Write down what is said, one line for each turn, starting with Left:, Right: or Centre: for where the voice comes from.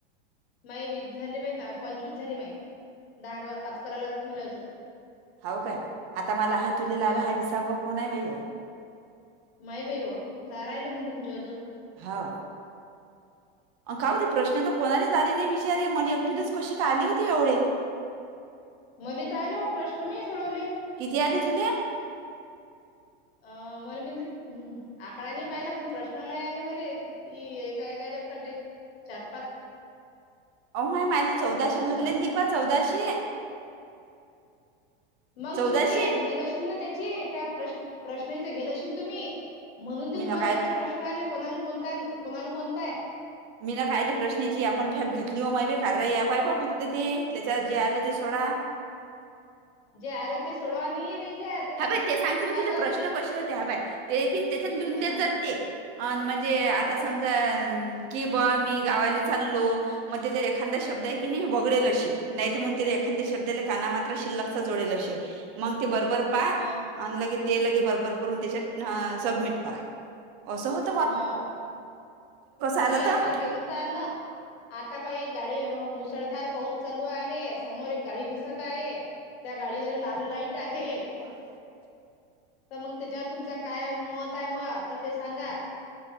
Left: माय वीस झाले बाईना पंचवीस झाले माय. दहा क पाच कराव लागत मला अजून.
Right: आहो काय आता मला हा तुलेला
Left: हो
Right: आला हा विसावा फोन आहे बाई गो.
Left: माय बाई ओ दहा राहिले मग तुमचे अजून.
Right: हो. अं काय होते प्रश्न तर कोणाच आले नाही विचारे. मला एकटिलाच कसे काय आली होती एवढे?
Left: मले काय नई ओ प्रश्न नाही सोडवले.
Right: किती आली तुले?
Left: अ मला <unintelligible> आकडा नाही पाहिला, पण प्रश्न लय आले मले. किती एका एकाच्यात कते चार पाच.
Right: अहो माय माझे चौदाशे
Left: पाच
Right: भरले
Left: पाच
Right: दीपा न चौदाशे.
Left: मग
Right: चौदाशे
Left: तुम्ही तेन ऍप घेल अशील ना त्याची प्रश्न प्रश्नाच घेयलेशील तुम्ही. म्हणून ते
Right: मी
Left: तुम्हाला
Right: ना काय
Left: तेवढे प्रश्न आले. कोणाला कोणता आहे, कोणाला कोणता आहे.
Right: मीला कायले प्रश्नाची आपण फॅप घेतली हो मायबे कार्या याप हाय बा फक्त ती त्याच्यात जे आलं ते सोडा.
Left: जे आलं ते सोडवा. नाहीये ते जा
Right: हा बाय ते सांगते मी तुला
Left: जा
Right: प्रश्न
Left: तुम्ही
Right: कसे होते हा बाय ते हाय की नाही त्याच्यात लिहुन
Left: हं,
Right: जाते. अ म्हणजे आता समजा
Left: हं,
Right: की बुवा मी गावाले चाललो. मग त्याच्यात एखादा शब्द आहे की नाही वगळेल असे. नाहीत मग तिला एखाद्या शब्दाले काना मात्रा शिलकचा‌ जोडेल असे, मग ते बरोबर पा
Left: हम्म.
Right: आणि लगे ते लगे बरबर करून त्याच्यात सबमिट करा. असं होत
Left: हो.
Right: आलं
Left: नाही आम्हाला
Right: तर
Left: ते नव्हतं आलं. आता पाए एक गाडी हो मुसळधार पाऊच चालू आहे, समोर एक गाडी दिसत आहे. त्या गाडीला लाल लाईट आहे.
Right: <unintelligible>
Left: तर मग त्याच्यावर तुमचं काय मत आहे बुवा तर ते सांगा.